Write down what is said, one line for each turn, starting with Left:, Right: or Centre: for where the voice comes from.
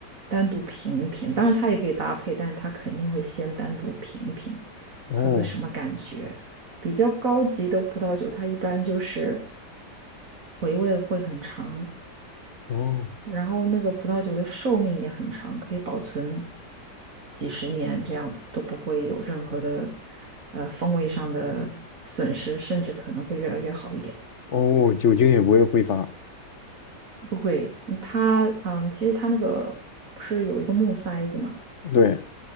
Right: 单独品一品，当然它也可以搭配，但是它肯定会先单独品一品，
Left: 哦
Right: 喝喝什么感觉。比较高级的葡萄酒，它一般就是回味会很长，
Left: 哦
Right: 然后那个葡萄酒的寿命也很长，可以保存几十年这样子，都不会有任何的呃风味上的损失，甚至可能会越来越好一点。
Left: 哦，酒精也不会挥发。
Right: 不会，嗯它嗯，其实它那个不是有一个木塞子嘛？
Left: 对，